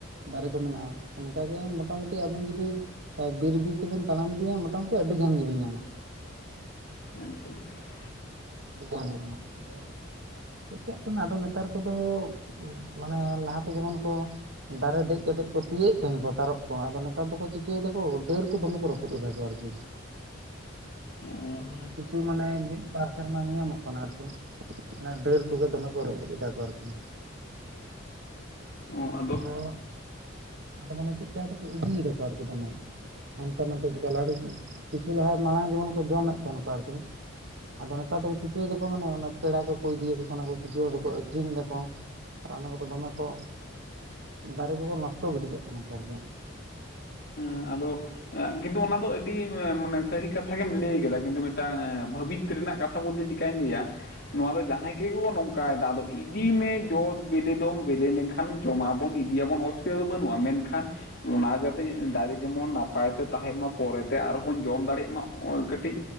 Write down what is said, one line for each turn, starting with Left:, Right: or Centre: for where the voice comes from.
Right: ᱫᱟᱨᱮ ᱠᱚ ᱢᱮᱱᱟᱜᱼᱟ ᱚᱱᱠᱟ ᱜᱮ ᱢᱚᱴᱟᱢᱩᱴᱤ ᱟᱵᱮᱱ ᱡᱩᱫᱤ ᱟᱨ ᱵᱤᱨ ᱵᱤᱨ ᱛᱮᱵᱮᱱ ᱛᱟᱲᱟᱢ ᱤᱫᱤᱭᱟ ᱢᱚᱴᱟᱢᱩᱴᱤ ᱟᱹᱰᱤ ᱜᱟᱱ ᱜᱮᱵᱮᱱ ᱧᱟᱢᱟ᱾
Left: <unintelligible>
Right: ᱴᱷᱤᱠᱟᱱ ᱜᱤᱭᱟ ᱟᱫᱚ ᱪᱮᱫ ᱠᱟᱜ ᱠᱟᱱᱟ ᱟᱫᱚ ᱱᱮᱛᱟᱨ ᱠᱚᱫᱚ ᱢᱟᱱᱮ ᱞᱟᱦᱟᱛᱮ ᱡᱮᱢᱚᱱ ᱠᱚ ᱫᱟᱨᱮ ᱫᱮᱡᱛᱮᱫ ᱠᱚ ᱛᱤᱭᱮᱫ ᱛᱟᱦᱮᱱᱟ ᱛᱟᱨᱚᱵ ᱠᱚ ᱟᱫᱚ ᱱᱮᱛᱟᱨ ᱫᱚᱠᱚ ᱪᱤᱠᱟᱹᱭ ᱫᱟᱠᱚ ᱰᱟᱹᱨ ᱠᱚ ᱫᱚᱢᱮ ᱠᱚ ᱨᱚᱯᱩᱫ ᱨᱟᱯᱩᱫ ᱮᱫᱟ ᱠᱚ ᱟᱨᱠᱤ
Left: <inaudible> ᱟᱪᱪᱷᱟ
Right: ᱢᱟᱱᱮ ᱠᱤᱪᱷᱩ ᱢᱟᱱᱮ ᱢᱤᱫ ᱵᱟᱨ ᱥᱮᱨᱢᱟ ᱧᱮᱧᱟᱢᱚᱜ ᱠᱟᱱᱟ ᱟᱨᱠᱤ ᱢᱟᱱᱮ ᱰᱟᱹᱨ ᱠᱚᱜᱮ ᱫᱚᱢᱮ ᱠᱚ ᱨᱟᱹᱯᱩᱫ ᱮᱫᱟ ᱠᱚ ᱟᱨᱠᱤ
Left: <inaudible>
Right: ᱵᱟᱝ
Left: ᱟᱫᱚ
Right: ᱠᱚᱫᱚ ᱟᱫᱚ ᱢᱟᱱᱮ ᱪᱮᱫ ᱪᱚ ᱠᱚ ᱤᱫᱤᱭᱮᱫᱟᱠᱚ ᱟᱨᱠᱤ ᱫᱚᱢᱮ ᱚᱱᱛᱮ ᱱᱚᱛᱮ ᱪᱮᱠᱟ ᱞᱟᱦᱟ ᱫᱚ ᱠᱤᱪᱷᱩ ᱞᱟᱦᱟ ᱢᱟᱲᱟᱝ ᱡᱮᱢᱚᱱ ᱠᱚ ᱡᱚᱢᱮᱫ ᱛᱟᱦᱮᱱ ᱠᱚ ᱟᱨᱠᱤ ᱟᱫᱚ ᱱᱮᱛᱟᱨ ᱫᱚᱠᱚ ᱪᱤᱠᱟᱹᱭ ᱫᱟᱠᱚ ᱢᱟᱱᱮ ᱯᱮᱲᱟ ᱠᱚᱠᱚ ᱤᱫᱤᱭᱟᱠᱚ ᱠᱟᱱᱟ ᱠᱚ ᱠᱤᱪᱷᱩ ᱫᱚᱠᱚ ᱟᱹᱠᱷᱨᱤᱧ ᱫᱟᱠᱚ ᱟᱨ ᱚᱱᱟ ᱠᱚᱫᱚ ᱫᱚᱢᱮ ᱠᱚ ᱫᱟᱨᱮ ᱠᱚᱠᱚ ᱱᱚᱥᱴᱚ ᱜᱤᱰᱤ ᱠᱟᱜ ᱠᱟᱱᱟ ᱟᱨ ᱠᱤ
Left: ᱦᱮᱸ ᱟᱫᱚ ᱠᱤᱱᱛᱩ ᱚᱱᱟ ᱫᱚ ᱟᱹᱰᱤ ᱢᱟᱱᱮ ᱥᱟᱹᱨᱤ ᱠᱟᱛᱷᱟ ᱜᱮᱢ ᱞᱟᱹᱭ ᱠᱟᱫᱟ ᱠᱤᱱᱛᱩ ᱢᱤᱫᱴᱟᱝ ᱵᱷᱟᱹᱵᱤᱛ ᱨᱮᱱᱟᱜ ᱠᱟᱛᱷᱟ ᱵᱚᱞᱛᱮ ᱪᱤᱠᱟᱹᱧ ᱞᱟᱹᱭᱟ ᱱᱚᱣᱟ ᱫᱚ ᱡᱟᱦᱟᱸᱭ ᱠᱚᱜᱮ ᱠᱚ ᱱᱚᱝᱠᱟᱭᱮᱫᱟ ᱟᱫᱚ ᱤᱫᱤᱭ ᱢᱮ ᱡᱚᱛ ᱵᱮᱞᱮ ᱫᱚᱢ ᱵᱮᱞᱮ ᱞᱮᱱ ᱠᱷᱟᱱ ᱡᱚᱢᱟᱵᱚᱱ ᱤᱫᱤᱭᱟᱵᱚᱱ ᱚᱥᱩᱵᱤᱫᱷᱟ ᱫᱚ ᱵᱟᱹᱱᱩᱜᱼᱟ ᱢᱮᱱᱠᱷᱟᱱ ᱚᱱᱟ ᱡᱟᱛᱮ ᱫᱟᱨᱮ ᱡᱮᱢᱚᱱ ᱱᱟᱯᱟᱭ ᱛᱮ ᱛᱟᱦᱮᱸᱱ ᱢᱟ ᱯᱚᱨᱮᱛᱮ ᱟᱨᱦᱚᱸ ᱵᱚᱱ ᱡᱚᱢ ᱫᱟᱲᱮᱭᱟᱜ ᱢᱟ ᱱᱚᱜᱼᱚᱭ ᱠᱟᱹᱴᱤᱡᱽ